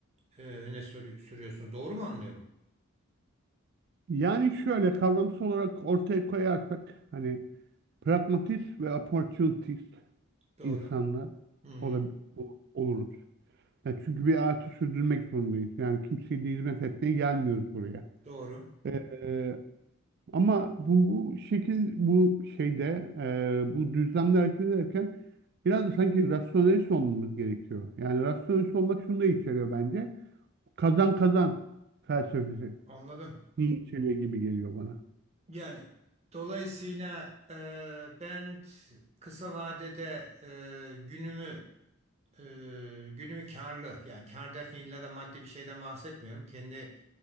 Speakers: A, on the right; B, on the right.
A: e, öne sürü- sürüyorsunuz. Doğru mu anlıyorum?
B: Yani şöyle kavramsal olarak ortaya koyarsak hani pragmatist ve opportunist
A: Doğru.
B: insanlar
A: Hı, hı.
B: olab- ol- oluruz. Ya çünkü bir hayatı sürdürmek zorundayız. Yani kimseye de hizmet etmeye gelmiyoruz buraya.
A: doğru.
B: E, Ama bu, bu şekil bu şeyde e, bu düzlemde hareket ederken biraz da sanki rasyonelist olmamız gerekiyor. Yani rasyonelist olmak şunu da içeriyor bence. Kazan kazan felsefesi.
A: Anladım.
B: Ni içeriyor gibi geliyor bana.
A: Yani dolayısıyla e, ben t- kısa vadede e, günümü e, günümü karlı yani kar derken illa da maddi bir şeyden bahsetmiyorum. Kendi